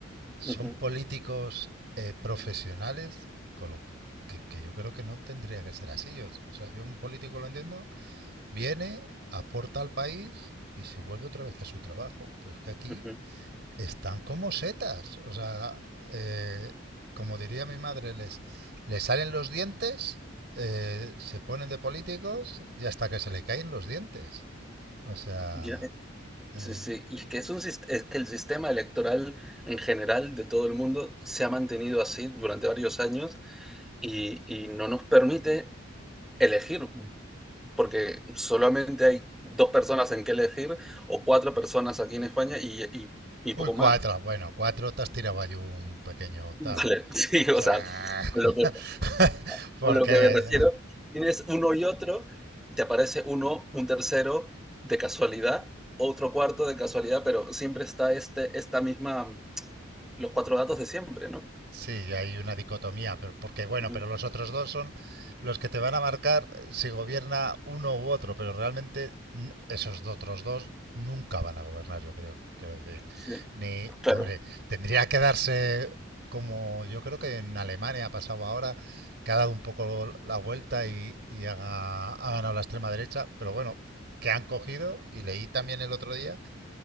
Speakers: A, on the right; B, in the centre.
A: Son
B: Ujú,
A: políticos eh, profesionales, con lo que, que yo creo que no tendría que ser así. O sea, yo un político lo entiendo. Viene, aporta al país y se vuelve otra vez a su trabajo. Pero es que aquí
B: ujú.
A: están como setas. O sea, eh, como diría mi madre, les, les salen los dientes, eh, se ponen de políticos y hasta que se le caen los dientes. O sea...
B: Ya, eh,
A: eh,
B: Sí, sí, y es que, es un, sis- es que el sistema electoral en general de todo el mundo se ha mantenido así durante varios años y, y no nos permite elegir. porque solamente hay dos personas en que elegir o cuatro personas aquí en España y, y, y
A: uy,
B: poco
A: cuatro.
B: más.
A: Bueno, cuatro te has tirado ahí un pequeño
B: <laughs>
A: tal.
B: Vale,
A: O
B: sí, o
A: sea,
B: sea, a lo,
A: <laughs>
B: que,
A: Porque
B: a lo que me refiero, tienes uno y otro, te aparece uno, un tercero de casualidad, otro cuarto de casualidad, pero siempre está este, esta misma, los cuatro datos de siempre, ¿no?
A: Sí, hay una dicotomía, pero porque bueno,
B: Uh -huh.
A: pero los otros dos son los que te van a marcar si gobierna uno u otro, pero realmente n- esos do- otros dos nunca van a gobernar, yo creo. Quiero decir,
B: Sí,
A: ni,
B: claro.
A: hombre, tendría que darse como yo creo que en Alemania ha pasado ahora, que ha dado un poco la vuelta y, y haga- ha ganado la extrema derecha, pero bueno, que han cogido, y leí también el otro día